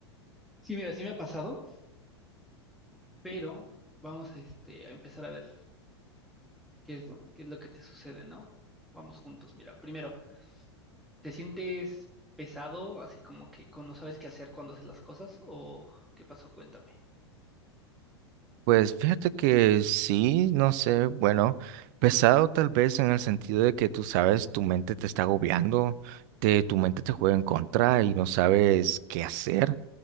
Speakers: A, in the centre; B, on the right (about 45°).
A: Sí, mira, sí me ha pasado, pero vamos a, este, a empezar a ver qué es, qué es lo que te sucede, ¿no? Vamos juntos, mira. Primero, ¿te sientes pesado, así como que con- no sabes qué hacer cuando haces las cosas? ¿O qué pasó? Cuéntame.
B: Pues fíjate que sí, no sé, bueno, pesado tal vez en el sentido de que tú sabes, tu mente te está agobiando, te, tu mente te juega en contra y no sabes qué hacer